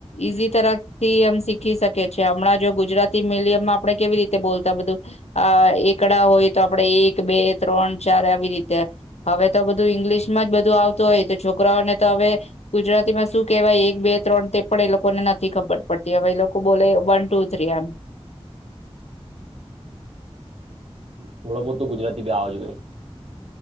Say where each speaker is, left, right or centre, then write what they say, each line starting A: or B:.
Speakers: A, on the left (about 80°); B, on the right (about 70°).
A: ઈઝી તરથી આમ શીખી શકે છે હમણાં જો ગુજરાતી મીડિયમમાં આપણે કેવી રીતે બોલતા બધું આ એકડા હોય તો આપણેે એક બે ત્રણ ચાર આવી રીતે હવે
B: હા
A: તો બધું ઇંગ્લિશ જ બધું આવતું હોય તો છોકરાઓને તો હવે ગુજરાતીમાં શું કેહેવાય એક બે ત્રણ તે પણ એ લોકોને નથી ખબર પડતી હવે એ લોકો બોલે વન ટુ થ્રી આમ
B: થોડો બહોત તો ગુજરાતી ભી આવા જાયે